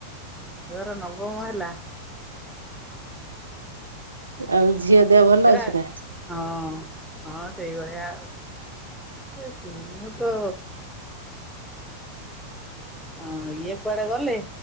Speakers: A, in the centre; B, on the right.
A: <unintelligible> ନବମ ହେଲା।
B: ଆଉ ଝିଅ? ଦେହ ଭଲ
A: ଏରା
B: ଅଛି ନା
A: ହଁ। ହଁ ସେଇଭଳିଆଉ ମୁଁ ତ ଅଁ ଇଏ କୁଆଡେ ଗଲେ